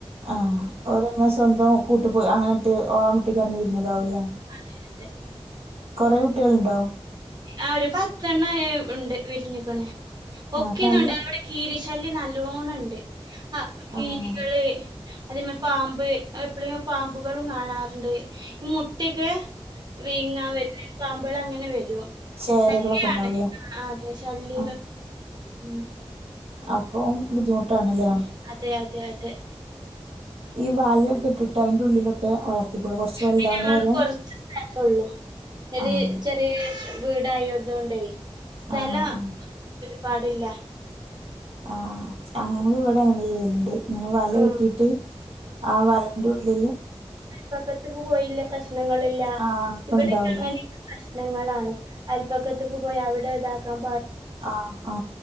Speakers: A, on the right (about 75°); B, on the right (about 40°).
A: ആഹ് ഓങ്ങെ സ്വന്തം കൂട്ടു പോയി അങ്ങനെത്തെ ഓമുട്ടിക്കറന്ന്‌ വിരിഞ്ഞതാവൂല്ലേ
B: അതെ അതെ
A: കൊറേ കുട്ടികളുണ്ടോ?
B: ആ ഒരു പത്ത് എണ്ണംയെ ഉണ്ട് വിരിഞ്ഞു നില്ക്കുന്നെ
A: ആഹ്
B: ഒക്കെന്നണ്ട്
A: അപ്പൊ നല്ല
B: ഇവിടെ കീരി ശല്ല്യം നല്ലോണംഉണ്ട് ആ കീരികള്
A: ആഹ്
B: അതേമാ പാമ്പ് എപ്പഴും പാമ്പുകളും കാണാറുണ്ട് ഈ മുട്ടയൊക്കെ വിങ്ങാൻ വരുന്നുണ്ട് പാമ്പ് പ്പളങ്ങനെ വരും
A: ചേരകളൊക്കെണ്ടാവുല്ലേ
B: ശല്യാണ് ആ ആ അതെ ശല്യക
A: ആ
B: ഉം
A: അപ്പം ബുദ്ധിമുട്ടാണ്ല്ലേ
B: അതെ അതെ അതെ
A: ഈ വലാെക്കെട്ട്ട്ട് അയ്ന്റെ ഉള്ളിലൊക്കെ വളർത്തിക്കൂടെ കുറച്ച് വലുതാവണ
B: പിന്നെ ഞങ്ങക്ക്
A: വരെ
B: കൊർച്ച് സ്ഥല ഒള്ളു ഒരേ
A: ആഹ്
B: ചെറ്യേ വീടായോതാേണ്ടേ സ്ഥലം
A: ആഹ് ആഹ്
B: ഒരു പാടില്ല
A: ആ ആ ഞങ്ങള് ഇവിടെ അങ്ങനെ ചെയ്യല് ഞങ്ങള് വല
B: ഉം
A: കെട്ടീട്ട് ആ വലന്റെ ഉള്ളില്
B: പക്കത്തക്ക് പോയില്ലപ്രാശ്യ പ്രശ്നങ്ങളില്ല
A: ആ ഒക്കെ
B: ഇവിടെക്കെ
A: ഉണ്ടാവൂലേ
B: ആണെങ്കി പ്പ പ്രശ്നങ്ങളാണ് അയൽപക്കത്ത്ക്ക് പോയി അവിടെ താക്കാം
A: ആ ആ